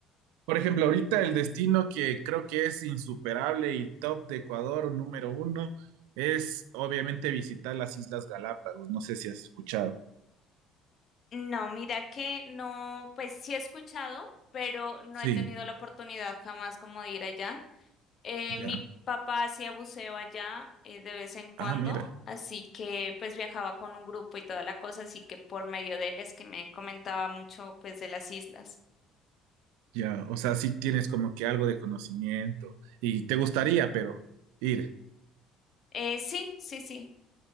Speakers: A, on the right; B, on the left.
A: Por ejemplo, ahorita el destino que creo que es insuperable y top de Ecuador, número uno, es obviamente visitar las Islas Galápagos. No sé si has escuchado.
B: No, mira que no, pues sí he escuchado, pero no
A: Sí,
B: he tenido la oportunidad jamás como de ir allá. Eh,
A: ya.
B: mi papá hacía buceo allá eh, de vez en cuando,
A: Ah, mira,
B: así que pues viajaba con un grupo y toda la cosa, así que por medio de él es que me comentaba mucho pues de las islas.
A: ya. O sea, sí tienes como que algo de conocimiento y te gustaría, pero ir.
B: Eh, sí, sí, sí.